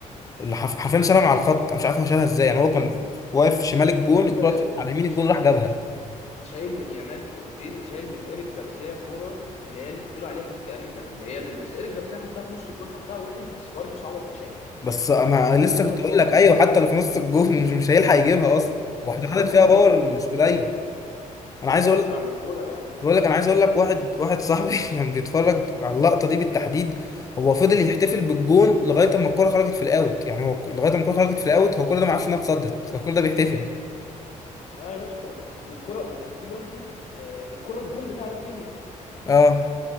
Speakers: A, on the left; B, on the left.
A: اللي حرف- حرفيا شالها من على الخط انا مش عارف هو شالها ازاي يعني هو كان واقف شمال الجون
B: لسه
A: الكوره كانت على يمين الجون
B: ش-
A: راح جابها
B: شايل من يامال كورتين وشايل من ايريك جارسيا كوره اللي هي اللي انت بتقول عليها دي تقريبا اللي هي اللي بس ايريك جارسيا حطها في نص الجون حطها وحش بس برضه صعبه تتشال
A: بس انا لسه
B: الجون كان
A: كنت اقول
B: فاضي
A: لك ايوه حتى لو في نص الجون <laughs> مش مش هيلحق يجيبها اصلا
B: آه،
A: واحده
B: الجون
A: حاطط
B: كان
A: فيها
B: فاضي
A: باور
B: طب
A: مش
B: انت ازاي
A: قليل انا
B: انت ازاي
A: عايز اقول
B: اسرع من الكوره يعني
A: بقول لك انا عايز اقول لك واحد واحد صاحبي <laughs> كان بيتفرج على اللقطه دي بالتحديد هو فضل يحتفل بالجون لغايه اما الكوره خرجت في الاوت يعني هو لغايه اما الكوره خرجت في الاوت هو كل ده ما عرفش انها اتصدت هو كل ده بيحتفل
B: اه يا اسطى والكرة وكان في برضو آه، الكرة الجون بتاع رافينيا
A: اه